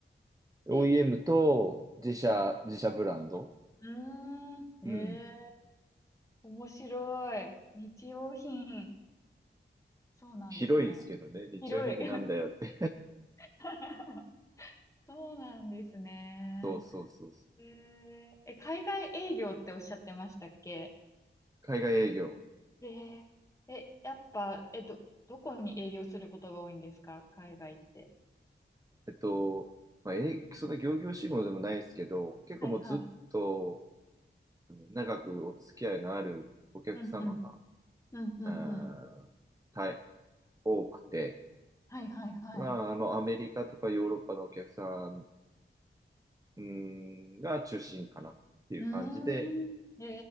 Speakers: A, on the right; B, on the left.
A: OEM
B: で、
A: と自社、
B: うん。
A: 自社ブランド。
B: うーん。
A: うん。
B: へえ。面白い。日用品。そうなんですね。
A: 広いですけどね。日用品ってなんだよって
B: 広い。<laughs> そうなんですね。
A: <laughs> そうそうそうそう。
B: へえ。え、海外営業っておっしゃってましたっけ
A: 海外営業。
B: ええ。え、やっぱ、え、ど、どこに営業することが多いんですか海外って。
A: えっと、まあ、え、そんな仰々しいものでもないですけど、結構もうずっと
B: はいはい。
A: 長くお付き合いのあるお客様が、
B: うんうん。うんうんうん。
A: あー大多くて、
B: はいはいはい。
A: まあ、あの、アメリカとかヨーロッパのお客さん、うんが中心かなっていう感じで、
B: うーん。え